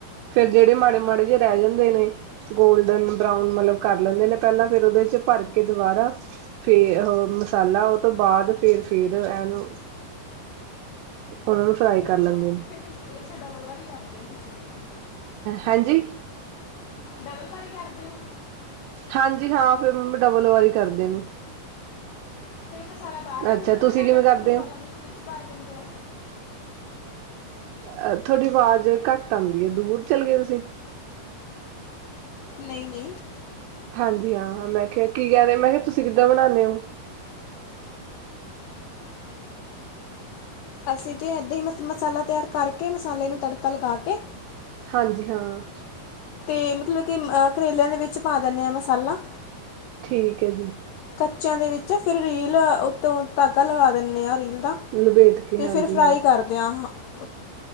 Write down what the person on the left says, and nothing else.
ਅੱਛਾ
ਫਿਰ ਤੁਸੀਂ ਅੱਛਾ ਡਬਲ ਵਾਰੀ ਕਰਦੇ ਹੋ ਤੁਸੀਂ
ਡਬਲ ਵਾਰੀ ਕਰਦੇ ਓ।
ਫਿਰ ਮਸਾਲਾ ਬਾਰ ਨੀ
ਨਿਕਲਦਾ
ਤਾਡਾ
ਜਿੱ
ਮਸਾਲਾ
ਤੁਸੀਂ ਵਿੱਚ ਭਰ ਦਿੰਦੇ ਓ।
ਨਈ-ਨਈ।
ਅਸੀਂ 'ਤਾਂ ਇੱਦਾਂ ਈ ਮਸ ਮਸਾਲਾ ਤਿਆਰ ਕਰਕੇ ਮਸਾਲੇ ਨੂੰ ਤੜਕਾ ਲਗਾ ਕੇ।
ਤੇ ਮਤਲਬ ਕਿ ਅ, ਕਰੇਲਿਆਂ ਦੇ ਵਿੱਚ ਪਾ ਦਿੰਨੇ ਆ ਮਸਾਲਾ।
ਕੱਚਿਆਂ ਦੇ ਵਿੱਚ ਫਿਰ ਰੀਲ ਉੱਤੋਂ ਧਾਗਾ ਲਗਾ ਦੀਨੇ ਆ ਰੀਲ ਦਾ।
ਤੇ
ਫੇਰ ਫ੍ਰਾਈ
ਕਰਦੇਆਂ ਆਂ, ਹਾ